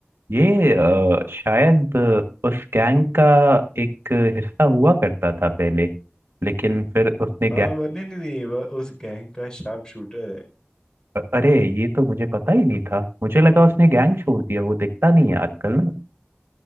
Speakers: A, on the right; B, on the left.
A: ये अ, शायद उस गैंग का एक हिस्सा हुआ करता था पहले लेकिन फिर उसने गैंग
B: हाँ वो नहीं नहीं नहीं, वो उस गैंग का शार्प शूटर
A: अरे ये तो मुझे पता ही नहीं था मुझे लगा उसने गैंग छोड़ दिया वो दिखता नहीं है आजकल ना